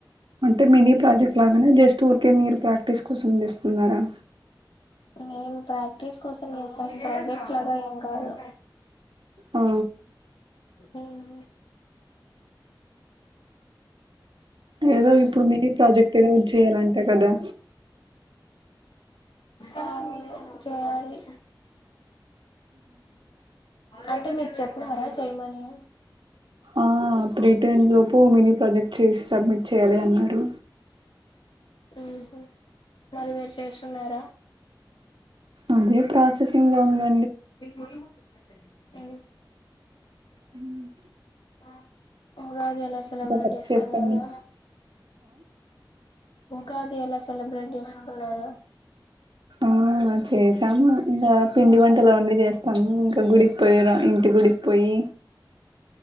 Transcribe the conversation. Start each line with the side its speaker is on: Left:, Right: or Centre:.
Right: అంటే మినీ ప్రాజెక్ట్ లాగానే జస్ట్ ఊరికే మీరు ప్రాక్టీస్ కోసం చేస్తున్నారా
Left: మేం ప్రాక్టీస్ కోసం చేసాం ప్రాజెక్ట్ లాగా ఏం కాదు
Right: ఆ
Left: ఉమ్ <unintelligible>
Right: ఏదో ఇప్పుడు మీనీ ప్రాజెక్ట్ ఏదో చేయాలంట కదా
Left: ఆ చేయాలి అంటే మీకు చెప్నారా చేయమని
Right: ఆ త్రీ టెన్ లోపు మినీ ప్రాజెక్ట్ చేసి సబ్మిట్ చేయాలి అన్నారు
Left: ఉమ్ మరి మీరు చేస్తున్నారా
Right: అదే ప్రాసెసింగ్ లో ఉంది
Left: మీకు మొన్న మొన్ననే జరిగి ఆ
Right: ఉమ్
Left: ఆ ఉగాది ఎలా సెలబ్రేట్
Right: వర్క్
Left: చేసుకున్నారు
Right: చేస్తాను
Left: ఉగా ది ఎలా సెలబ్రేట్ చేసుకున్నారు
Right: ఆ చేశాము ఇగ పిండి వన్ టలు అవన్నీ చేస్తాం ఇంకా గుడికి పోయ ఇంటి గుడికి పోయి